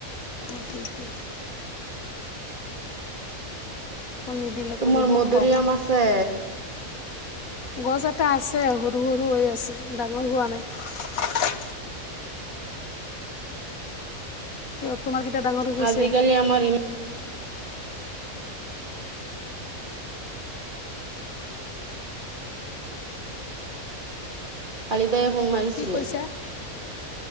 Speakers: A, on the left; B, on the right.
A: <inaudible> আকৌ নিদিলে
B: তোমাৰ
A: কৰিব
B: মধুৰিআম
A: খং
B: আছে?
A: গছ এটা আছে সৰু- সৰু হৈ আছে ডাঙৰ হোৱা নাই <unintelligible> কিয় তোমাৰকেইটা ডাঙৰ হৈ গৈছে
B: আজিকালি আমাৰ ইম কালি তাইয়ে ফোন মাৰিছিলে।
A: কি কৈছা